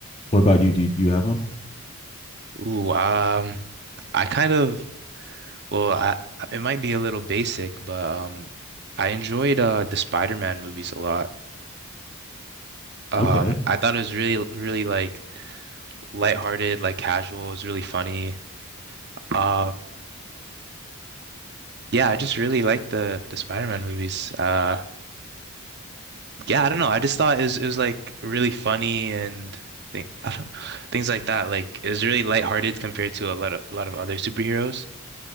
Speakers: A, on the left; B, on the right.
A: What about you? Do you, do you have one?
B: Ooh, um, I kind of well, I it might be a little basic, but um, I enjoyed uh the Spider-Man movies a lot. Um,
A: Okay.
B: I thought it was really, really like lighthearted, like casual. It was really funny. Uh, yeah, I just really liked the the Spider-Man movies. Uh, yeah, I don't know. I just thought it was it was like really funny and thing, I don't, things like that. Like it was really lighthearted compared to a lot of a lot of other superheroes,